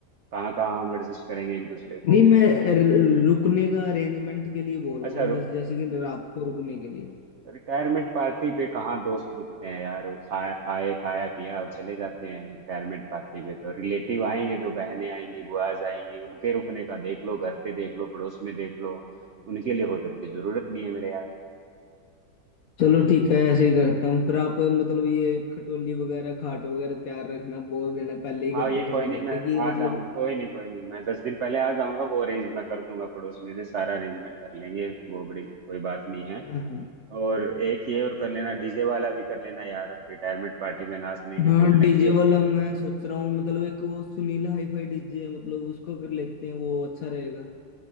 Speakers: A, on the right; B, on the left.
A: कहाँ कहाँ हम एडजस्ट करेंगे एक दूसरे को
B: नहीं मैं र- रुकने का अरेंजमेंट के लिए बोल
A: अच्छा
B: रहा हूँ जैसे जैसे कि रात को रुकने के लिए
A: रिटायरमेंट पार्टी पे कहाँ दोस्त रुकते हैं यार वो खाए आए खाया पिया और चले जाते हैं रिटायरमेंट पार्टी पे तो रिलेटिव आएंगे जो बहनें आएंगी बुआज आएंगी उनके रुकने का देख लो घर पे देख लो पड़ोस में देख लो उनके लिए होटल की जरूरत नहीं है मेरे यार
B: चलो ठीक है ऐसे ही करता हूँ फिर आप मतलब ये खटोली वगैरह खाट वगैरह तैयार रखना बोल देना पहले ही
A: हाँ
B: घर
A: ये
B: पे
A: कोई
B: फोन
A: नहीं
B: करके
A: मैं
B: कि
A: आ
B: मतलब
A: जाऊंगा कोई नहीं कोई नहीं मैं दस दिन पहले आ जाऊंगा वो अरेंज मैं कर दूंगा पड़ोस में से सारा अरेंजमेंट कर लेंगे वो बड़ी कोई बात नहीं है
B: हाँ
A: और एक ये और कर लेना डीजे वाला भी कर लेना यार रिटायरमेंट पार्टी में नाच लेंगे
B: हाँ
A: कूद लेंगे
B: डीजे वाला मैं सोच रहा हूँ मतलब एक वो सुनील हाईफाई डीजे मतलब उसको कर लेते हैं वो अच्छा रहेगा